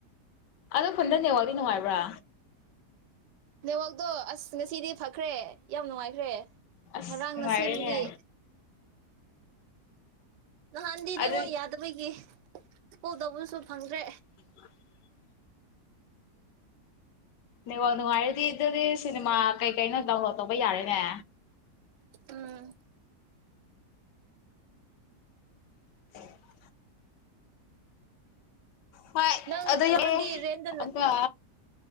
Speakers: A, on the left; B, on the right.
A: ꯑꯗꯣ ꯈꯨꯟꯗ ꯅꯦꯠꯋꯥꯛꯇꯤ ꯅꯨꯡꯉꯥꯏꯕ꯭ꯔꯥ
B: ꯅꯦꯠꯋꯥꯛꯛꯇꯣ ꯑꯁ ꯉꯁꯤꯗꯤ ꯐꯈ꯭ꯔꯦ ꯌꯥꯝ ꯅꯨꯡꯉꯥꯏꯈ꯭ꯔꯦ
A: ꯑꯁ
B: ꯉꯔꯥꯡꯅ
A: ꯅꯨꯡꯉꯥꯏꯔꯦꯅꯦ
B: ꯁꯦꯝꯕꯒꯤ ꯅꯍꯥꯟꯗꯅꯤꯉꯣ
A: ꯑꯗꯨ
B: ꯌꯥꯗꯕꯒꯤ ꯄꯨꯗꯧꯕꯁꯨ ꯐꯪꯗ꯭ꯔꯦ
A: <inaudible> ꯅꯦꯠꯋꯥꯛ ꯅꯨꯡꯉꯥꯏꯔꯗꯤ ꯑꯗꯨꯗꯤ ꯁꯤꯅꯦꯃꯥ ꯀꯩ ꯀꯩꯅꯣ ꯗꯥꯎꯟꯂꯣꯗ ꯇꯧꯕ ꯌꯥꯔꯦꯅꯦ꯫
B: ꯎꯝ
A: <inaudible> ꯍꯣꯏ
B: ꯅꯪ
A: ꯑꯗꯨ
B: ꯅꯪꯗꯤ ꯔꯦꯟꯗ
A: ꯑꯗꯒ꯫